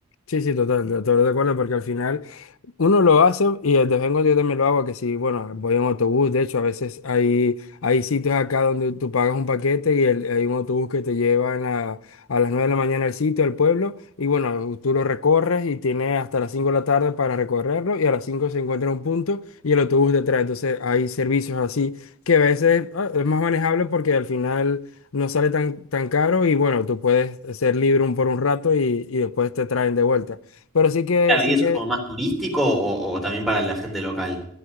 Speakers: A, on the left; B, in the centre.
A: Sí, sí, total, de- todo de acuerdo, porque al final... Uno lo hace y de vez en cuando yo también lo hago, que si, bueno, voy en autobús, de hecho, a veces hay, hay sitios acá donde tú pagas un paquete y el- hay un autobús que te lleva en la- a las 9 de la mañana al sitio, al pueblo, y bueno, tú lo recorres y tienes hasta las 5 de la tarde para recorrerlo y a las 5 se encuentra en un punto y el autobús te trae. Entonces hay servicios así que a veces ah, es más manejable porque al final no sale tan, tan caro y bueno, tú puedes ser libre un, por un rato y, y después te traen de vuelta. Pero sí que,
B: Claro,
A: sí
B: y eso
A: que
B: es como más turístico o, o también para la gente local.